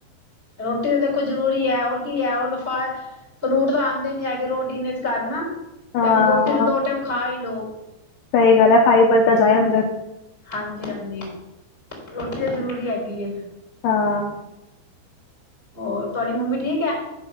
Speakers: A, in the centre; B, on the left.
A: ਰੋਟੀ ਤਾਂ ਦੇਖੋ ਜ਼ਰੂਰੀ ਹੈ ਔਰ ਕੀ ਹੈ ਫਾ। ਫਰੂਟ ਤਾਂ ਆਉਂਦੇ ਨੀ ਹੈਗੇ ਰੋਟੀਨ ਚ ਘਰ ਨਾ
B: ਹਾਂ
A: ਤੇ ਆਪ ਰੋਟੀ ਤੇ ਦੋ ਟਾਈਮ ਖਾ ਹੀ ਲੋਓ।
B: ਸਹੀ ਗੱਲ ਏ ਫਾਈ ਬੰਦਾ ਜਾਏ ਅੰਦਰ।
A: ਹਾਂਜੀ, ਹਾਂਜੀ ਰੋਟੀ ਤਾਂ ਜ਼ਰੂਰੀ ਹੈਗੀ ਏ।
B: ਹਾਂ।
A: ਹੋਰ ਤੁਹਾਡੀ ਮੰਮੀ ਠੀਕ ਏ।